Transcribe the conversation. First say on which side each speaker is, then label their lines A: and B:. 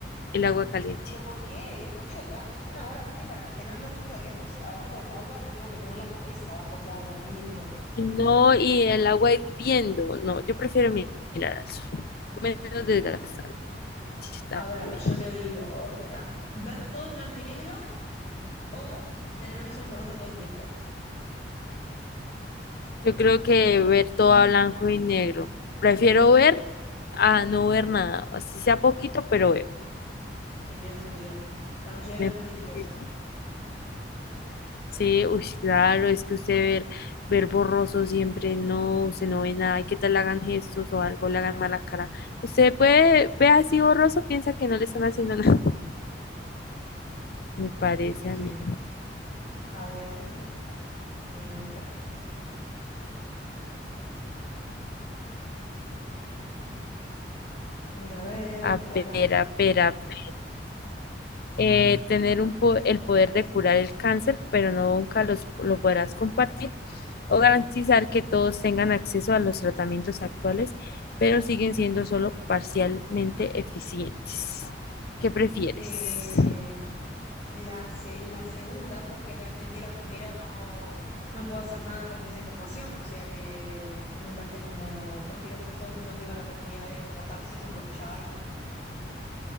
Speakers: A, on the left; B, on the left.
A: el agua caliente.
B: ¿Pero por qué? Es mucho rato, es una hora. Aparte, para tener los ojos abiertos abajo del agua, tengo que tener la cabeza abajo del agua hirviendo.
A: Y no, y el agua hirviendo, no, yo prefiero mi- mirar al sol. Menos
B: No,
A: desgastante
B: no. A
A: también.
B: ver, yo te digo otra. Ver todo en blanco y negro o tener visión borrosa todo el tiempo.
A: Yo creo que ver todo a blanco y negro. Prefiero ver a no ver nada. Así sea poquito, pero veo.
B: Sí, tiene sentido. La mayoría de
A: Me
B: la gente
A: parece
B: eligió esa.
A: Sí, uy, sí, claro, es que usted ver, ver borroso siempre, no, usted no ve nada, y qué tal le hagan gestos o algo, le hagan mala cara. Usted puede ver así borroso, piensa que no le están haciendo nada, <laughs> me parece
B: Sí, sí,
A: a
B: sí.
A: mí.
B: A ver, léeme otra. A ver, a ver,
A: A
B: ¿cuál
A: ver,
B: hay?
A: a ver, a ver. Eh, tener un po- el poder de curar el cáncer, pero no nunca los, lo podrás compartir, o garantizar que todos tengan acceso a los tratamientos actuales, pero siguen siendo solo parcialmente eficientes. ¿Qué prefieres?
B: Eh, la, se- la segunda, porque realmente la primera no, no puedo hacer nada con esa información, o sea que me parece como, prefiero que todo el mundo tenga la oportunidad de tratarse con lo que ya hay,